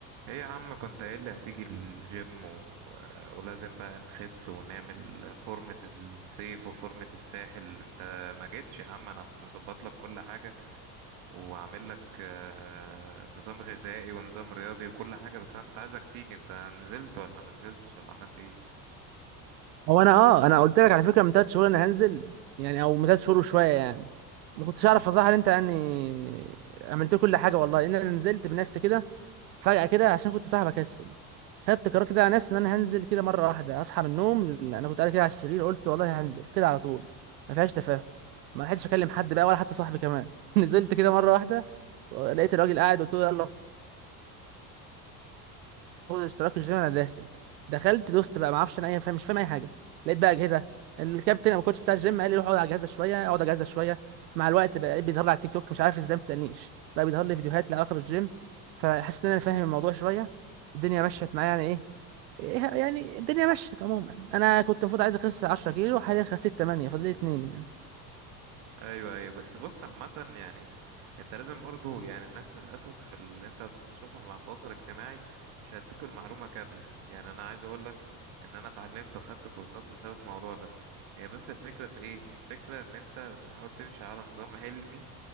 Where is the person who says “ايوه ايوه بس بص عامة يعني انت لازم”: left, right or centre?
Right